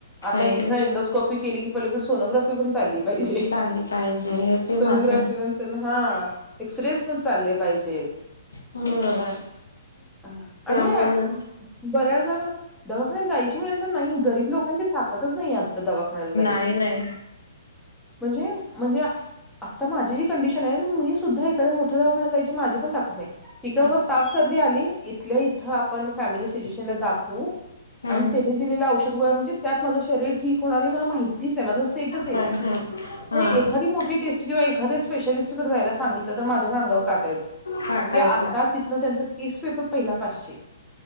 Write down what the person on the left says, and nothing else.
पाहिजे
चालली पाहिजे ते
मात्र आहे
बरोबर आहे.
त्यामुळे
ना
नाही नाही
हम्म
पण
ह
हा
फाटा
येतो